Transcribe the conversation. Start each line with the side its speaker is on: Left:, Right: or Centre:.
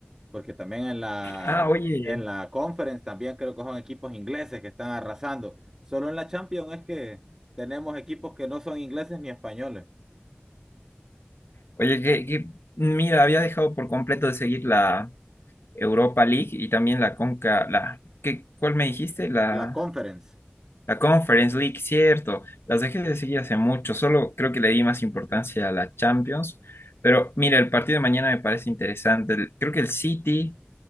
Right: Porque también en la,
Left: Ah, oye,
Right: en la Conference también creo que son equipos ingleses que están arrasando. Solo en la Champions es que tenemos equipos que no son ingleses ni españoles.
Left: oye, que, que- mira, había dejado por completo de seguir la Europa League y también la Conca, la, ¿qué, cuál me dijiste? La,
Right: La Conference,
Left: la Conference League, cierto. Las dejé de seguir hace mucho, solo creo que le di más importancia a la Champions. Pero mira, el partido de mañana me parece interesante. El- Creo que el City